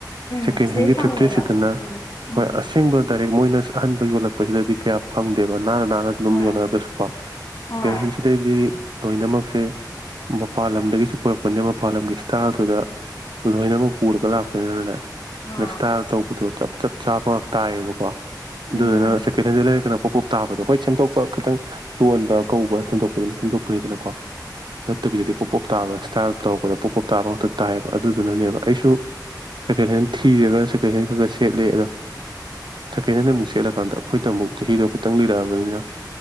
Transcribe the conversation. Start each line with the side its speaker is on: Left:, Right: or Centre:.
Left: ꯎꯝ
Right: ꯁꯦꯀꯦꯟ
Left: ꯁꯤꯗꯩ
Right: ꯍꯦꯟꯒꯤ
Left: ꯐꯪꯉꯦꯕ
Right: ꯊꯤꯞꯇꯤꯁꯤꯗꯅ
Left: ꯎꯝ
Right: ꯍꯣꯏ
Left: ꯎꯝ
Right: ꯑꯁꯦꯡꯕ ꯀꯔꯤ ꯃꯣꯏꯅ ꯑꯍꯕ ꯌꯣꯜꯂꯛꯄꯁꯤꯗꯗꯤ ꯀꯌꯥ ꯐꯪ ꯗꯦꯕ ꯅꯥꯟꯅ ꯅꯥꯟꯅ ꯑꯗꯨꯝ
Left: ꯍꯣꯏ
Right: ꯌꯣꯜꯂꯛꯑꯒꯁꯨ ꯀꯣ
Left: ꯍꯣꯏ
Right: ꯁꯦꯀꯦꯟ ꯍꯦꯟ ꯁꯤꯗꯩꯗꯤ ꯂꯣꯏꯅꯃꯛꯁꯦ ꯃꯄꯥꯟ ꯂꯝꯗꯒꯤꯁꯨ ꯄꯨꯔꯛꯄꯅꯦ ꯃꯄꯥꯟ ꯂꯝꯒꯤ ꯏꯁꯇꯥꯏꯜꯗꯨꯗ ꯂꯣꯏꯅꯃꯛ ꯄꯨꯔꯒ ꯂꯥꯛꯄꯅꯤꯅꯅꯦ
Left: ꯑꯥ
Right: ꯅꯁꯇꯥꯏꯜ ꯇꯧꯕꯗꯨ ꯆꯞ ꯆꯞ ꯆꯥꯕꯥ ꯇꯥꯏ ꯑꯗꯨꯗꯨꯅ
Left: ꯎꯝ
Right: ꯁꯦꯀꯦꯟ ꯍꯦꯟꯗꯩꯩ ꯂꯩꯔꯒꯅ ꯄꯣꯄꯣꯞ ꯇꯥꯕꯗꯣ ꯍꯣꯏ ꯁꯦꯝꯗꯣꯛꯄ ꯈꯤꯇꯪ ꯌꯣꯟꯕ ꯀꯧꯕ ꯁꯦꯝꯗꯣꯛꯄꯗꯨꯅ ꯁꯦꯝꯗꯣꯛꯄꯅꯤꯗꯅꯀꯣ ꯇꯠꯇꯕꯤꯗꯗꯤ ꯄꫭꯞ ꯄꫭꯞ꯫ ꯇꯥꯕ ꯏꯁꯇꯥꯏꯜ ꯇꯧꯔꯛꯄꯗ ꯄꯣꯞ ꯄꯣꯞ ꯇꯥꯕ ꯉꯛꯇ ꯇꯥꯏꯌꯦꯕ ꯑꯗꯨꯗꯨꯅꯅꯦꯕ ꯑꯩꯁꯨ ꯁꯦꯀꯦꯟ ꯍꯦꯟ ꯊꯤꯔꯒ ꯁꯦꯀꯦꯟ ꯍꯦꯟ ꯈ ꯈ ꯁꯦꯠꯂꯦ꯫ ꯑꯗꯣ ꯁꯀꯦꯟ ꯍꯦꯟꯗ ꯑꯃꯨꯛ ꯁꯦꯠꯂꯀꯥꯟꯗ ꯑꯩꯈꯣꯏꯗ ꯑꯃꯨꯛ ꯆꯍꯤꯗꯣ ꯈꯤꯇꯪ ꯂꯤꯔꯛꯑꯕꯅꯤꯅ